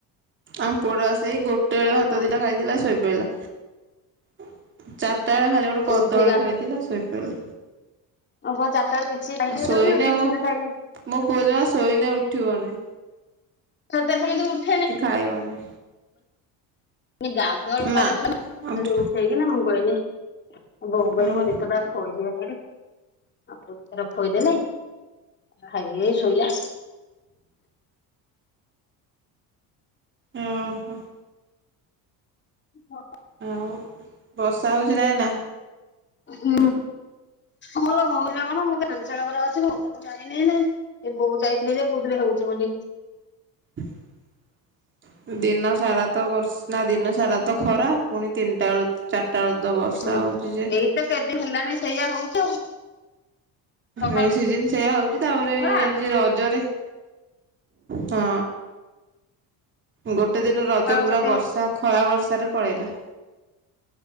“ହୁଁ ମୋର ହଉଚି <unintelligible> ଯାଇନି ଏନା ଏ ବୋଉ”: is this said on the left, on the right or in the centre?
Left